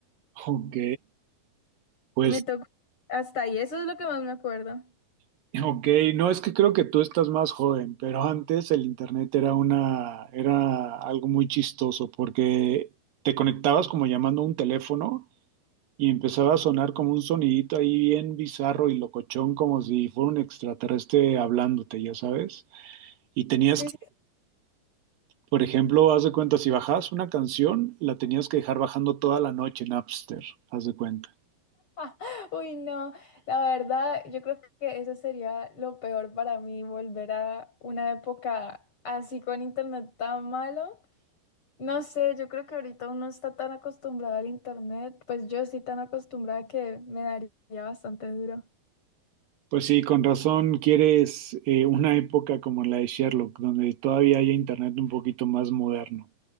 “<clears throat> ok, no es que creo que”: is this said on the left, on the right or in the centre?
Right